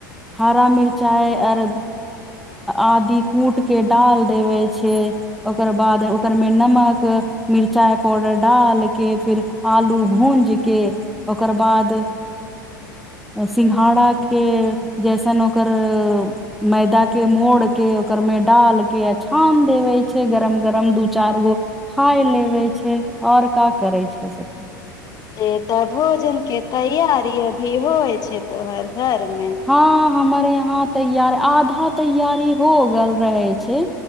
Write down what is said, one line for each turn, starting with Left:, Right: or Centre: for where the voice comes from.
Centre: हरा मिर्चाइ आर आदि कूटि कऽ डालि देबै छै, ओकर बाद ओकर मे नमक मिर्चाइ पाउडर डालि कऽ फेर आलू भूज कऽ ओकर बाद सिंघाड़ा के जैसन ओकर मैदा के मोड़ के ओकर मे डालके छान देबै छै, गरम गरम दु चार गो खाय लेबै छै आ ओर का करै छै सखी।
Left: जे तऽ भोजन के तैयारी अभी होइ छै तोहर घर मे
Centre: हँ हमर याँ तैयार आधा तैयारी हो गेल रहे छै,